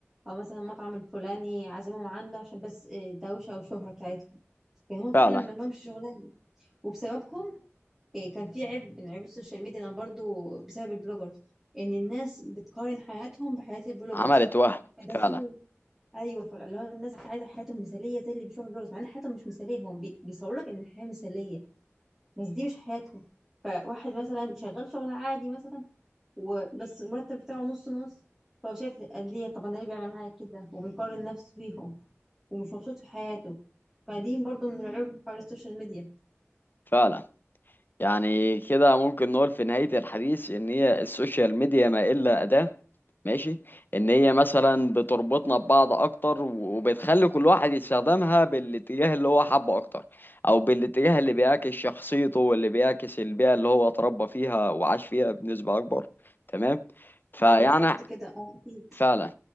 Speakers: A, in the centre; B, on the left (about 45°).
A: أو مثلا المطعم الفلاني عازمهم عنده عشان بس آه، دوشة وشهرة بتاعتهم فهم
B: فعلا
A: فعلا ما لهمش شغلانة وبسببهم آه، كان في عيب من عيوب السوشيال ميديا أنا برضو بسبب البلوجرز إن الناس بتقارن حياتهم بحياة البلوجرز
B: عملت وهم
A: فدخل
B: فعلا
A: أيوه فاللي هو الناس عايزة حياتهم مثالية زي اللي بيشوفوا البلوجرز مع إن حياتهم مش مثالية هو بي- بيصور لك إن الحياة مثالية بس دي مش حياته فواحد مثلا شغال شغل عادي مثلا وبس المرتب بتاعه نص نص فهو شايف ليه طب انا ليه بيعمل معايا كده وبيقارن نفسه بيهم ومش مبسوط في حياته فدي برضو من العيوب حوار السوشيال ميديا
B: فعلا يعني كده ممكن نقول في نهاية الحديث إن هي السوشيال ميديا ما إلا أداة ماشي إن هي مثلا بتربطنا ببعض أكتر وبتخلي كل واحد يستخدمها بالاتجاه اللي هو حبه أكتر أو بالاتجاه اللي بيعكس شخصيته واللي بيعكس البيئة اللي هو اتربى فيها وعاش فيها بنسبة أكبر تمام فيعني
A: ايوه بالظبط كده اه اكيد
B: فعلا